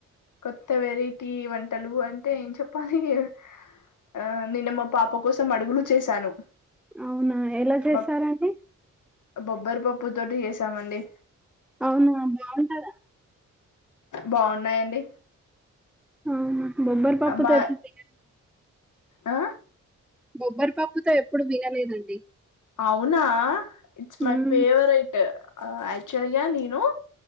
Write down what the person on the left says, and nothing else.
కొత్త వెరైటీ వంటలు అంటే ఏం చెప్పాలి ఏ ఆ నిన్న మా పాప కోసం అడుగులు చేశాను
మా
బొబ్బరి పప్పు తోటి చేశాం అండి
బావున్నాయి అండి
అమ్మా
ఆ
అవునా it's my
favourite actual గా నను